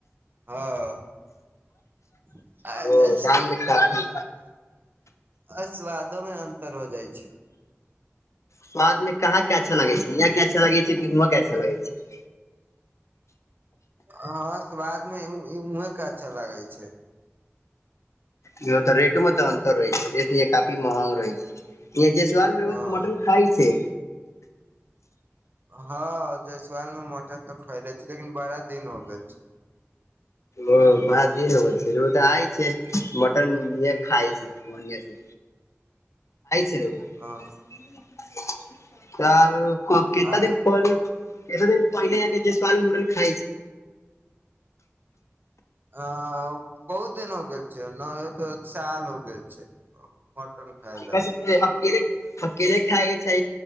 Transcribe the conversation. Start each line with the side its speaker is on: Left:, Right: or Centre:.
Right: हँ आ <unintelligible>
Left: ओ दाम मे काफी
Right: आ <inaudible> स्वादो मे अंतर हो जाइ छै
Left: स्वाद मे कहाँ के अच्छा लगे छै यहाँ क अच्छा लगे छै कि हुआ का अच्छा लगे छै
Right: हँ स्वाद मे उ उहे के अच्छा लागै छै
Left: इ तऽ रेटो मे तऽ अंतर रहै छै रेट य काफी महग रहै छै यह जे साल मटन
Right: हँ
Left: खाइ छै
Right: हँ जयसवाल में मटन तऽ खैले छी लेकिन बारा दिन हो गेल छै
Left: ओ बारा दिन होग छै र तऽ आइ छै मटन इ खइ छै बढ़आ से <unintelligible>
Right: हँ
Left: कतना
Right: आ
Left: दिन पहले कतना दिन पहले जाए के जयसवाल में मटन खाइ छै
Right: अ बहुत दिन हो गेल छै उना तो साल हो गेल छै मटन खाय
Left: केकरा
Right: ला
Left: साथे अकेले अकेले खायके छै